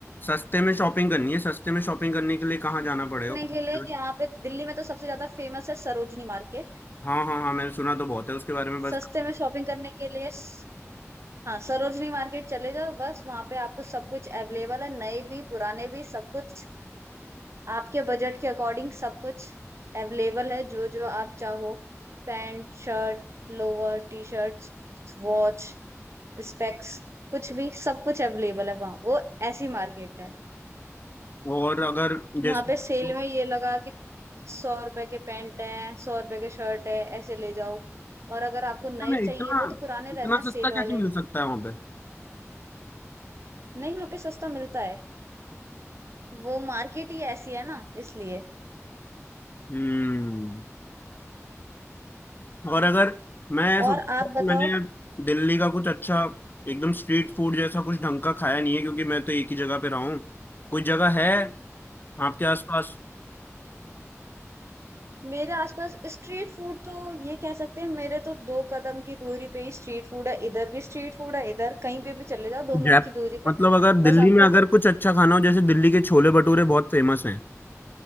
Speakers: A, on the left (about 40°); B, on the right (about 60°).
A: सस्ते में शॉपिंग करनी है सस्ते में शॉपिंग करने के लिए कहाँ जाना पड़ेगा
B: करने
A: कौन
B: के
A: से-
B: लिए यहाँ पे दिल्ली में तो सबसे ज्यादा फेमस है सरोजनी मार्केट
A: हाँ हाँ हाँ मैंने सुना तो बहुत है उसके बारे में बस
B: सस्ते में शॉपिंग करने के लिए स- हाँ सरोजनी मार्केट चले जाओ बस वहां पे आपको सब कुछ अवेलेबल है नए भी पुराने भी सब कुछ आपके बजट के अकॉर्डिंग सब कुछ अवेलेबल है जो जो आप चाहो Pant shirt lower T shirt watch specs कुछ भी सब कुछ अवेलेबल है वहाँ वो ऐसी मार्केट है
A: और अगर जैसे
B: वहां पे
A: तो
B: सेल में ये लगा के रखे हैं कि सौ रुपए के पैंट है सौ रुपए के शर्ट है ऐसे ले जाओ और अगर आपको नए
A: मैं इतना
B: चाहिए वो तो पुराने
A: इतना
B: रहते हैं
A: सस्ता
B: सेल
A: कैसे
B: वाले
A: मिल सकता है वहाँ पे
B: नहीं वहाँ पे सस्ता मिलता है वो मार्केट ही ऐसी है ना इसलिए
A: हम्म और अगर मैं
B: और
A: सोचता
B: आप
A: था
B: बताओ
A: मैंने दिल्ली का कुछ अच्छा एकदम स्ट्रीट फूड जैसा कुछ ढंग का खाया नहीं है क्योंकि मैं तो एक ही जगह पे रहा हूँ कोई जयपुर जगह है आपके आसपास
B: मेरे आसपास स्ट्रीट फूड तो ये कह सकते हैं मेरे तो दो कदम की दूरी पे ही स्ट्रीट फूड है इधर भी स्ट्रीट फूड है इधर कहीं पे भी चले जाओ दो
A: जयपुर
B: मिनट की दूरी पे
A: मतलब अगर दिल्ली
B: बस आपको
A: में अगर कुछ अच्छा खाना हो जैसे दिल्ली के छोले भटूरे बहुत फेमस हैं